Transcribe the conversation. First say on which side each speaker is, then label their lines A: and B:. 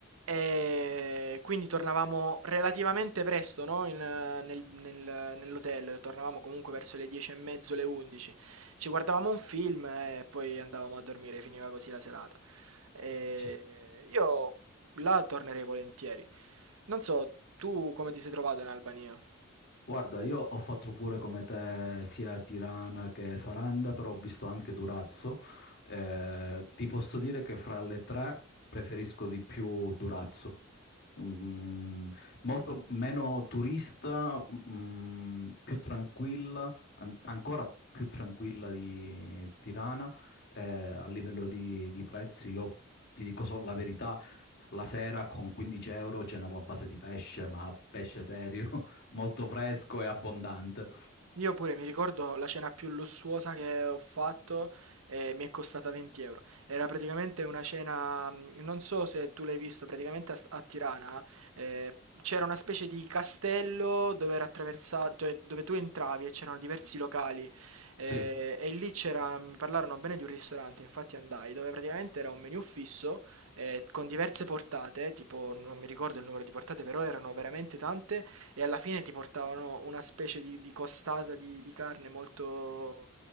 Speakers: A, on the right; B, on the left.
A: E quindi tornavamo relativamente presto, no, in, eh, nel- nel- nell'hotel, tornavamo comunque verso le 10 e mezzo, le 11. Ci guardavamo un film e poi andavamo a dormire, finiva così la serata. E
B: Ci sta.
A: io là tornerei volentieri. Non so, tu come ti sei trovato in Albania?
B: Guarda, io ho fatto pure come te sia Tirana che Saranda, però ho visto anche Durazzo. Eh, ti posso dire che fra le tre preferisco di più Durazzo. Mm, molto meno turista, mm, più tranquilla, an- ancora più tranquilla di Tirana. Eh, a livello di, di prezzi, io ti dico solo la verità, la sera con 15 euro cenavo a base di pesce, ma pesce serio, <laughs> molto fresco e abbondante.
A: Io pure mi ricordo la cena più lussuosa che ho fatto e mi è costata 20 euro. Era praticamente una cena, mm, non so se tu l'hai visto, praticamente a, a Tirana eh, c'era una specie di castello dove era attraversato, cioè, dove tu entravi e c'erano diversi locali eh,
B: Sì.
A: e lì c'era, mi parlarono bene di un ristorante, infatti andai, dove praticamente era un menù fisso eh, con diverse portate, tipo non mi ricordo il numero di portate, però erano veramente tante e alla fine ti portavano una specie di, di costata di, di carne molto,